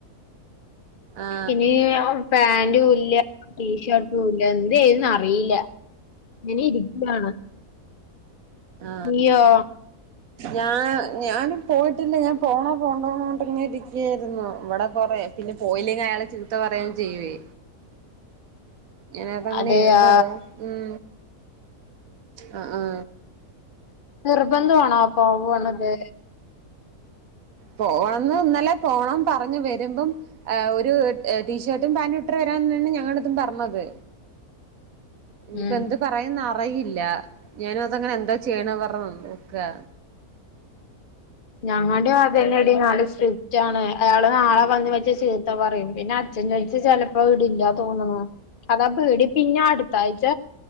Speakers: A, on the right (about 65°); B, on the left (about 50°).
A: ആ
B: ഇനി പാന്റും ഇല്ലാ ടീ ഷർ ട്ടുമില്ല്യാ എന്ത് ചെയ്യോന്ന് അറിയില്ല ഇങ്ങനെ ഇരിക്യാണ്
A: ആ
B: നീയോ?
A: ഞാൻ ഞാനും പോയിട്ടില്ല ഞാൻ പോണോ പോണ്ടോന്നോണ്ടിങ്ങനിരിക്കയാരുന്നു ഇവിടെ കൊറേ പിന്നെ പോയില്ലെങ്കിൽ അയാളെ ചീത്ത പറയ്യും ചെയ്യുവേ ഞാനതാ അങ്ങനെ
B: അതെയാ
A: ഇരുന്നത് ഉം അ ആ
B: നിർബന്ധമാണോ അപ്പം പോണത്?
A: പോണന്ന് ഇന്നലെ പോണം പറഞ്ഞു വരുമ്പം. ആ ഒരു ടീ ഷർട്ടും പാന്റും <unintelligible> വരാൻ ആണ് ഞങ്ങടത്തും പറ ഞ്ഞത്. ഇനിപ്പ
B: ഉം
A: എന്ത് പറയുന്നറയില്ല ഞാനും അതങ്ങനെ എന്താ ചെയ്യണെ പറ നിക്കാ.
B: ഞങ്ങടേം അത് തന്നെടി നല്ല സ്ട്രിക്റ്റ് ആണ് അയാള് നാളെ വന്ന് വെച്ച് ചീത്ത പറയും പിന്നെ അച്ഛൻ ചോയ്ച്ച് ചെലപ്പോ വിടില്ലാ തോന്നണു അതാ പേടി പിന്നെ അടു ത്തായിച്ച